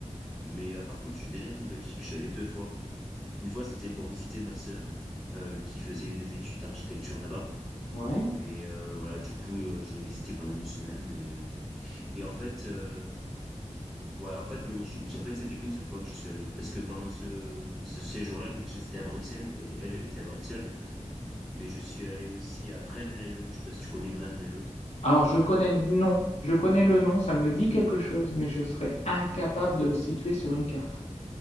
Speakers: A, in the centre; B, on the left.
A: Mais euh, par contre je suis déjà allé en Belgique. Je suis allé deux fois. Une fois c'était pour visiter ma sœur euh, qui faisait des études d'architecture là-bas
B: Ouais.
A: et euh, voilà du coup euh, je l'ai visité pendant une semaine euh, et en fait euh, ouais en fait non j'ai- j'ai- en fait c'était qu'une seule fois que je suis allé parce que pendant ce ce séjour-là donc j'étais à Bruxelles elle, elle elle était à Bruxelles mais je suis allé aussi à Braine-l'Alleud. Je sais pas si tu connais Braine-l'Alleud.
B: Alors je connais le nom, je connais le nom, ça me dit quelque chose, mais je serais incapable de le situer sur une carte.